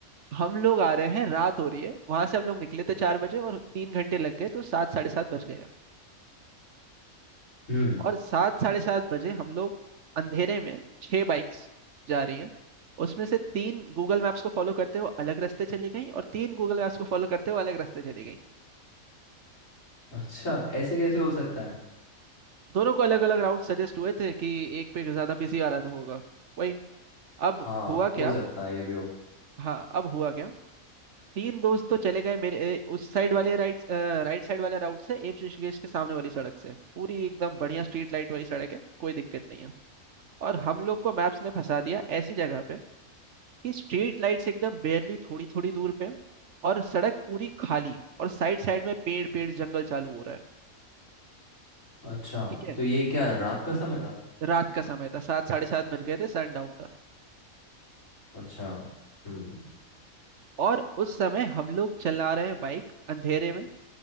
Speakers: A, on the right (about 60°); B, on the left (about 65°).
A: हम लोग आ रहे हैं रात हो रही है वहां से हम लोग निकले थे चार बजे और तीन घंटे लग गए तो सात साढ़े सात बज गए
B: हम्म।
A: और सात साढ़े सात बजे हम लोग अंधेरे में छह बाइक्स जा रही हैं उसमें से तीन गूगल मैप्स को फॉलो करते हुए अलग रास्ते चली गई और तीन गूगल मैप्स को फॉलो करते हुए अलग रास्ते चली गई
B: अच्छा ऐसे कैसे हो सकता है
A: दोनों को अलग अलग राउट सजेस्ट हुए थे कि एक पे ज्यादा बिजी आ रहा था होगा वही अब
B: हाँ
A: हुआ
B: हो
A: क्या
B: सकता है ये भी हो
A: हाँ अब हुआ क्या तीन दोस्त तो चले गए मेरे ए, उस साइड वाले राइट राइट साइड वाले राउट से एप्स ऋषिकेश के सामने वाली सड़क से पूरी एकदम बढ़िया स्ट्रीट लाइट वाली सड़क है कोई दिक्कत नहीं है और हम लोग को मैप्स ने फंसा दिया ऐसी जगह पे कि स्ट्रीट लाइट्स एकदम बेयरली थोड़ी थोड़ी दूर पे हैं और सड़क पूरी खाली और साइड साइड में पेड़ पेड़ जंगल चालू हो रहा है
B: अच्छा
A: ठीक है
B: तो ये क्या रात का समय था
A: रात का समय था सात साढ़े सात बज गए थे सनडाउन का
B: अच्छा हम्म
A: और उस समय हम लोग चला रहे हैं बाइक अंधेरे में